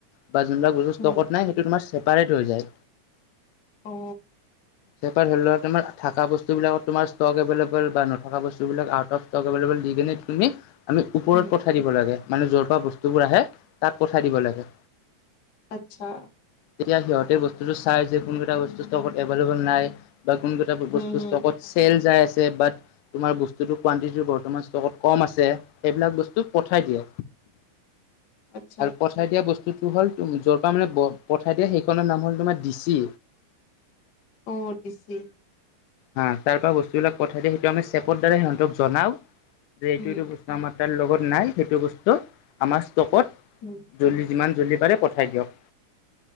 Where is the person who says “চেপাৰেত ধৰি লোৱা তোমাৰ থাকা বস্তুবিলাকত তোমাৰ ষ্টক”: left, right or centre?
Left